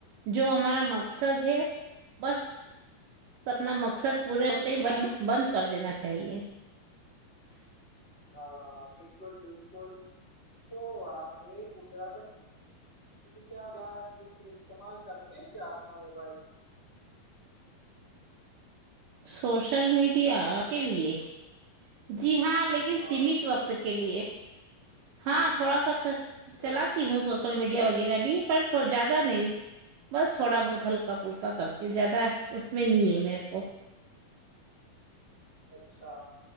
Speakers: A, on the right (about 75°); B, on the left (about 15°).
A: جو ہمارا مقصد ہے بس <unintelligible> اپنا مقصد پورے ہوتے ہی ہمیں بند کر دینا چاہیے <unintelligible>
B: ہاں بالکل بالکل تو آپ میں یہ پوچھ رہا تھا کیا اس کے لیے استعمال کرتے ہیں کیا اپنا موبائل <unintelligible>
A: سوشل میڈیا کے لیے جو <unintelligible> جی ہاں لیکن
B: ہاں
A: سیمت وقت <unintelligible> کے لیے <unintelligible> ہاں تھوڑا سا چلاتی
B: اچھا
A: ہوں سوچ <unintelligible> س میڈیا وغیرہ بھی پر زیادہ نہیں بس تھوڑا بہت ہلکا پلکا پلکا کرتی ہے زد ہے <unintelligible> اس میں نہیں ہے میرے کو <unintelligible>
B: اچھا